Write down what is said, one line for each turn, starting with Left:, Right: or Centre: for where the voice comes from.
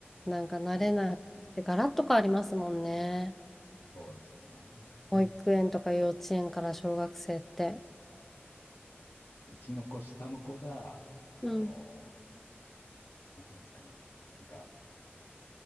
Centre: なんか慣れなくて、
Left: そうですね、
Centre: ガラッと変わりますもんね。
Left: そうですよね。
Centre: 保育園とか幼稚園から小学生って。
Left: うちの子、下の子が、あの、
Centre: うん、
Left: なんていうんですかね、なんか